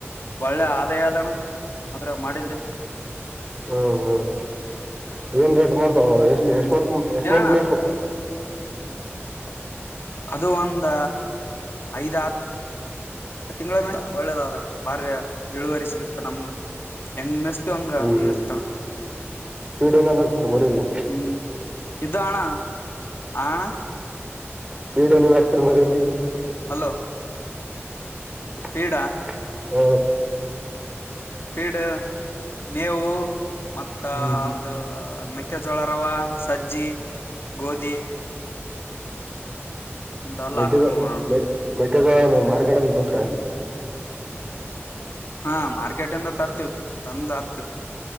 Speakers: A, on the left (about 55°); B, on the right (about 20°).
A: ಒಳ್ಳೆ ಆದಾಯ ಅದಣ ಆದ್ರಾಗ್ ಮಾಡಿದ್ರೆ.
B: ಹ್ಮ್ ಹ್ಮ್ ಏನ್ ರೇಟ್ ಮಾಡ್ತಾವ ಎಷ್ಟು
A: ಹ್ಮ್
B: ಎಷ್ಟ ಮಂತ್ ಎಷ್ಟ್
A: ಏನಣ್ಣ
B: ಮತ್ ಮೆಸ್ಬೇಕ್.
A: <inaudible> ಅದು ಒಂದ ಐದಾರ್ ಆ ತಿಂಗಳ ಮೇಲೆ ಒಳ್ಳೇದದ ಬಾರಿ ಇಳುವರಿ ಸಿಗುತ್ತ ನಮ್ಗ ಹೆಂಗ್ ಮೆಸ್ತೀವ್ ಹಂಗ
B: ಹ್ಮ್ ಹ್ಮ್
A: ಇರುತ್ತಣ.
B: ಫೀಡ್ ಏನೇನ್ ಹಾಕ್ತಿರ್ ಮರಿಗೆ.
A: ಹ್ಮ್ ಇದು ಅಣ ಹಾ ಆಣ.
B: ಫೀಡ್ ಏನೇನ್ ಹಾಕ್ತಿರ್ ಮರಿಗೆ.
A: ಹಲೋ
B: <inaudible>
A: ಫೀಡ
B: ಹ್ಮ
A: ಡ್ <unintelligible> ಮೇವು ಮತ್ತ
B: ಹ್ಮ್
A: ಅದು ಮೆಕ್ಕೆಜೋಳ ರವ ಸಜ್ಜಿ ಗೋಧಿ ಇಂತವೆಲ್ಲಾ
B: ಮೇಕದ
A: ಹಾಕ್ತಿವ್ ನೋಡೋಣ
B: ಮ ಮೆಕೆದ್ರಾನ ಮಾರ್ಕೆಟ ಅಲ್ಲಿ ದೋತ್ರ
A: ಹಾ ಮಾರ್ಕೆಟ್ ಇಂದ ತರ್ತಿವ ತಂದ್ ಆಕ್ತಿವಿ